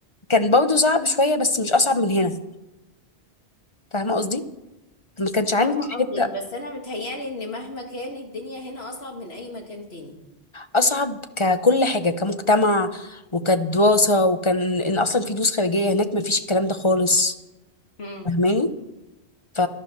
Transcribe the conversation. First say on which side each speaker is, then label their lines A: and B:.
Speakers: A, on the left (about 30°); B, on the left (about 65°).
A: كان برضه صعب شويه بس مش اصعب من هنا فاهمه قصدي ما كانش عندي
B: فاهمة
A: الحته
B: قصدك بس أنا متهيألي إن مهما كان الدنيا هنا أصعب من أي مكان تاني
A: اصعب ككل حاجه كمجتمع وكدراسه وكان ان اصلا في دروس خارجيه هناك ما فيش الكلام ده خالص
B: هم.
A: فاهماني ف...